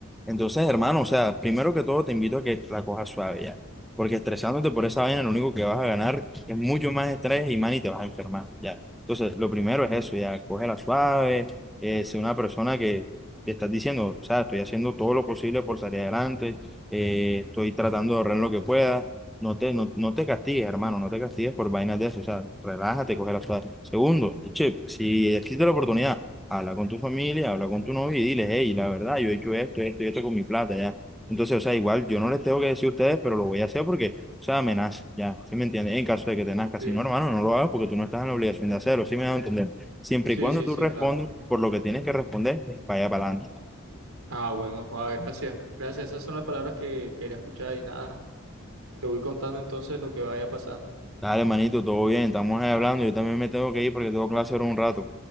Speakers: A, in the centre; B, on the right.
A: Entonces, hermano, o sea, primero que todo te invito a que la cojas suave ya, porque estresándote por esa vaina, lo único que vas a ganar es mucho más estrés y, man, y te vas a enfermar, ya. Entonces, lo primero es eso, ya, cógela suave, eh, sé una persona que te estás diciendo, o sea, estoy haciendo todo lo posible por salir adelante, eh, estoy tratando de ahorrar lo que pueda, no te, no, no te castigues, hermano, no te castigues por vainas de eso, o sea, relájate, cógela suave. Segundo, y che, si existe la oportunidad, habla con tu familia, habla con tu novio y diles, hey, la verdad, yo he hecho esto, esto y esto con mi plata, ya. Entonces, o sea, igual yo no les tengo que decir a ustedes, pero lo voy a hacer porque, o sea, me nace, ya, ¿sí me entiendes? En caso de que te nazca, si
B: Sí,
A: no, hermano, no lo hagas porque tú no estás en la obligación de hacerlo, ¿sí me a entender? Siempre
B: sí,
A: y cuando
B: sí,
A: tú
B: sí,
A: respondas
B: claro.
A: por lo que tienes que responder, vaya para adelante.
B: Ah, bueno, Juan, gracias. Gracias, esas son las palabras que quería escuchar y nada. Te voy contando entonces lo que vaya pasando.
A: Dale, manito, todo bien, estamos ahí hablando, yo también me tengo que ir porque tengo clase ahora un rato.